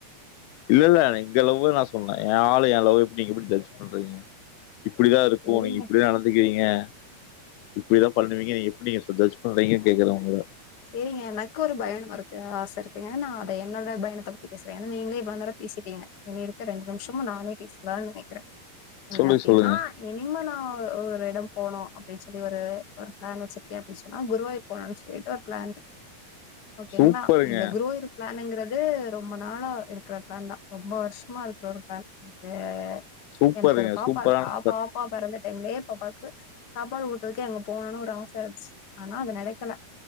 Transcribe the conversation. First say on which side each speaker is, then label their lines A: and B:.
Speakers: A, on the left (about 80°); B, on the left (about 60°).
A: இல்ல இல்ல எங்க லவ்வ நா சொன்ன எ ஆளு எ லவ் எப்டி நீங்க எப்டி ஜட்ஜ் பண்றீங்க இப்டிதா இருக்கு
B: செரிங்க
A: நீங்க இப்டிதா நடந்துக்கிறீங்க அ இப்டிதா பண்ணுவீங்க எப்டி நீங்க ஜட்ஜ் பண்றீங்கனு கேக்கற உங்கள
B: சேரிங்க எனக்கு ஒரு பயணமா இருக்கு ஆச இருக்குங்க, நா அத என்னோட பயணத்த பத்தி பேசுற ஏன்னா நீங்களே இவ்ளோ நேரோ பேசிட்டீங்க இனி இருக்க ரெண்டு நிமிஷமு நானே பேசவானு நினைக்கிற என்ன
A: சொல்லு
B: அப்டின்னா
A: சொல்லுங்க
B: இனிமே நா ஒரு ஒரு இடம் போனு அப்டி சொல்லி ஒரு ஒரு பிளான் வச்சிருக்க அப்டி சொன்னா குருவாயூர் போலானு சொல்லிட்டு பிளான்ட்டு ஓகேங்ளா
A: சூப்பருங்க
B: இந்த குருவாயூர் பிளாங்றது இது ரொம்ப நாளா இருக்கிற பிளான் தா ரொம்ப வருஷமா இருக்குற ஒரு பிளான் த்தே
A: சூப்பருங்க
B: எனக்கு ஒரு பாப்பா
A: சூப்பரான
B: இருக்கா பாப்பா பிறந்திட் டைமுல்லோ பாபாக்கு சாப்பாடு குடுத்ததுக்கே அங்க போனுன்னு ஒரு ஆச இருந்திச்சி ஆனா அது நிலைக்கல